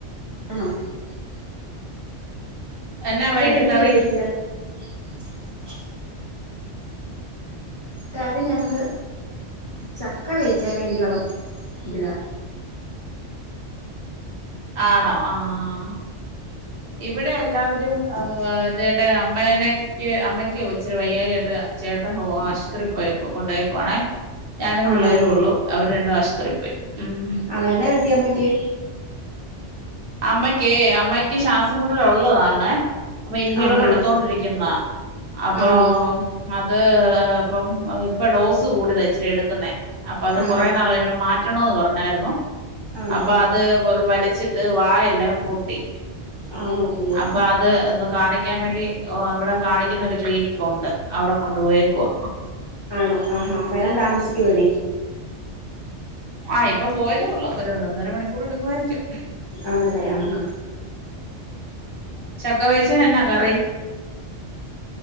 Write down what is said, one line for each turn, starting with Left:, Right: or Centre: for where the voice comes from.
Left: <unintelligible>
Right: എന്നാ വൈകിട്ട്
Left: വരും എന്ന്ത്യാ
Right: കറി
Left: വീട്ടില് <unintelligible> കാര്യം ഞങ്ങള് ചക്ക വേവിക്കാൻ വേണ്ടിയുള്ള ഇതിലാ
Right: ആണോ ആഹ ഇവിടെ എല്ലാവരും ഇതന്റെ അമ്മേനക്ക് അമ്മയ്ക്ക ഒച്ചിരി വയ്യായിക ത ചേട്ട ഹോ ആശുപത്രിയിൽ പോയേക്കുവ കൊണ്ടയേക്കുവാണേ ഞാനും പിള്ളേരു
Left: ആണോ
Right: ഉള്ളു അവര് രണ്ടും ആശുപത്രി പോയി ഉം
Left: ആണോ എന്നാ വറ്റിയമ്മക്ക്
Right: അമ്മയ്ക്ക് അമ്മയ്ക്ക് ശ്വാസംമുട്ടലൊള്ളതാണ് അപ്പൊ ഇൻഹേലർ
Left: ആഹാ
Right: എടുത്തൊണ്ടിരിക്കുന്ന അപ്പൊ
Left: ആണോ
Right: അ അത് ഇപ്പം ഇപ്പൊ ഡോസ് കൂടതലാ ഇച്ചിരി എടുക്കുന്നേ അപ്പൊ അത്
Left: ആഹാ
Right: കുറേ നാൾ വരുമ്പോ മാറ്റണോന്ന് പറഞ്ഞായിരുന്നു
Left: ആണോ
Right: അപ്പൊ അത് കൊറവലിച്ചി ത് വാ എല്ലാം പൊട്ടി
Left: ആണോ അയ്യോ
Right: അപ്പൊ അത് ഒന്ന് കാണിക്കാൻ വേണ്ടി ഓ അവിടെ കാണിക്കുന്ന ഒരു ക്ലീനിക്കുണ്ട് അവിടെ കൊണ്ടു പോയേക്കുവാ
Left: ആണോ ആഹാ വരാൻ താമസിക്കുവോ ഇനി
Right: ആഹ് ഇപ്പൊ പോയതേ ഉള്ളൂ ഒരു ഒന്ന ഒന്നര മണിക്കൂർ എടുക്കുായിരിക്കും
Left: അണല്ലേ ആഹ
Right: ചക്ക വേവിച്ചേനെഞ്ഞാ കറി